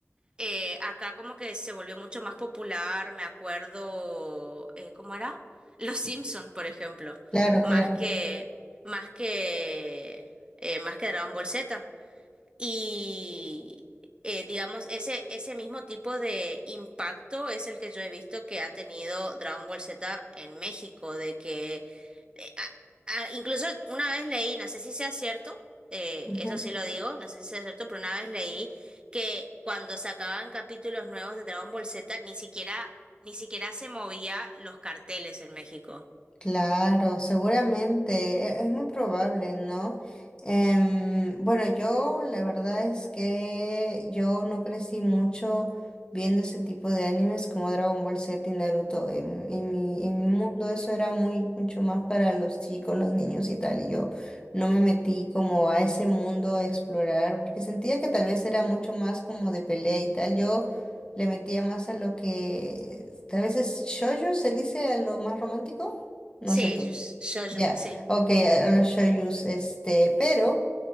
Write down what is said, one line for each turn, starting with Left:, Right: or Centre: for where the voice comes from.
Right: eh, acá como que se volvió mucho más popular, me acuerdo, eh, ¿cómo era? Los Simpson, por ejemplo,
Left: Claro,
Right: más
Left: claro.
Right: que, más que, eh, más que Dragon Ball Z. Y eh, digamos, ese, ese mismo tipo de impacto es el que yo he visto que ha tenido Dragon Ball Z en México, de que eh, a- a- incluso una vez leí, no sé si sea cierto, eh,
Left: Ujú.
Right: eso sí lo digo, no sé si sea cierto, pero una vez leí que cuando sacaban capítulos nuevos de Dragon Ball Z, ni siquiera, ni siquiera se movía los carteles en México.
Left: Claro, seguramente, e- es muy probable, ¿no? Em, bueno, yo la verdad es que yo no crecí mucho viendo ese tipo de animes como Dragon Ball Z y Naruto. En, en mi, en mi mundo eso era muy mucho más para los chicos, los niños y tal, y yo no me metí como a ese mundo a explorar porque sentía que tal vez era mucho más como de pelea y tal. Yo le metía más a lo que tal vez es shoujo, se dice a lo más romántico. No
Right: Sí,
Left: sé tú.
Right: yo, yo,
Left: Ya,
Right: yo, sí.
Left: ok, a a los shoyus, este, pero